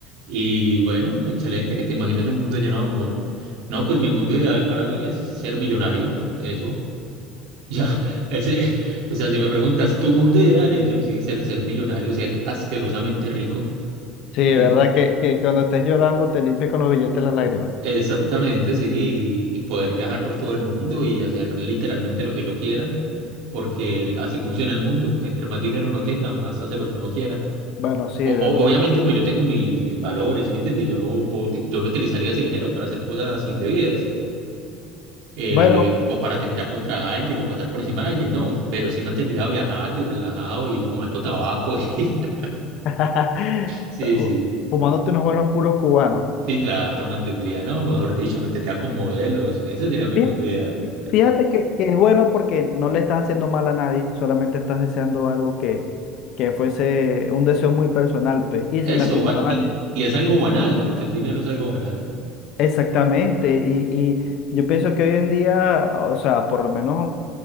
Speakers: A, on the right; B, on the left.
A: Y bueno, excelente que te imagines un mundo lleno de amor. No, pues mi mundo ideal para mí es ser millonario, eso. <laughs> Ya, ese, o sea, si me preguntas, tu mundo ideal, eso sí, ser, ser millonario, ser asquerosamente rico.
B: Sí,
A: y-
B: ¿verdad? Que, que cuando estés llorando te limpies con los billetes las lágrimas.
A: exactamente, sí, y, y poder viajar por todo el mundo y hacer literalmente lo que yo quiera, porque así funciona el mundo. Entre más dinero uno tenga, más hace lo que uno quiera.
B: Bueno, sí,
A: O- o-
B: ¿verdad?
A: obviamente, pues yo tengo mis, mis valores, ¿sí ¿me entendí? Yo no, voy- yo no utilizaría ese dinero para hacer cosas indebidas. eh,
B: Bueno,
A: o para atentar contra alguien o pasar por encima de alguien, no, pero sí mantendría viajando y relajado y fumando tabaco <laughs>
B: <laughs>
A: Sí, sí,
B: fumándote unos buenos puros cubanos.
A: sí, claro, mantendría, no, mejor dicho, mantendría con modelos, ese sería mi
B: Fí-
A: mundo ideal.
B: Fíjate que, que es bueno porque no le estás haciendo mal a nadie, solamente estás deseando algo que, que fuese un deseo muy personal, pues, y
A: Eso,
B: sin lastimar
A: gua-
B: a nadie.
A: y, y es algo banal, porque el dinero es algo banal.
B: Exactamente, y, y yo pienso que hoy en día, o sea, por lo menos,